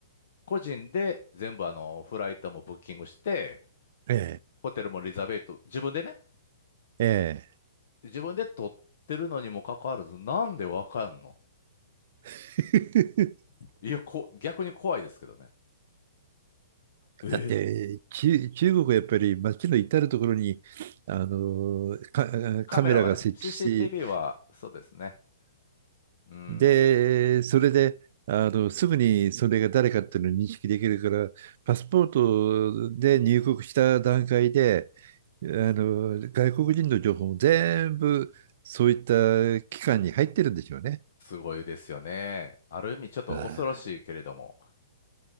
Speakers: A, on the left; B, on the right.
A: 個人で全部あの、フライトもブッキングして、
B: え
A: ホテルもリザベート、自分でね、
B: え、え
A: 自分で取ってるのにもかかわらず、なんでわかんの
B: え。<laughs>
A: いや、こ、逆に怖いですけどね。え
B: だって、中、中国はやっぱり街の至るところに、あのーか、
A: カメラはね、
B: カメラが設置し
A: CCTV は、そうですね。うん、
B: で、それで、あの、すぐにそれが誰かっていうのを認識できるから、パスポートで入国した段階で、あの、外国人の情報も全部そういった機関に入ってるんでしょうね。
A: すごいですよね。ある意味ちょっと恐ろしいけれども、
B: あ